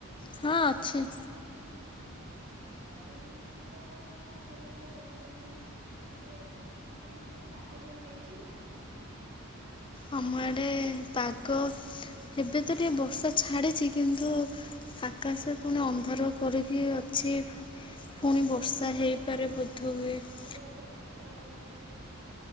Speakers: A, on the left (about 25°); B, on the right (about 50°).
A: ହଁ ଅଛି।
B: ଓହୋ ଆଉ ଇକା ଆପଣ ବସିଛନ୍ତି। ମାନେ ତମର ସେଣେ ପାଗ କେମତି ଦେଇଛି?
A: ଆମ ଆଡେ ପାଗ ଏବେ ତ ଟିକେ ବର୍ଷା ଛାଡିଛି କିନ୍ତୁ ଆକାଶ ପୁଣି ଅନ୍ଧାର କରିକି ଅଛି।
B: ତମର
A: ପୁଣି ବର୍ଷା
B: ଏପଟେ
A: ହେଇପାରେ
B: ନା
A: ବୋଧ ହୁଏ।
B: ଆମର ଆଡେ ବର୍ଷା ହଉଛି।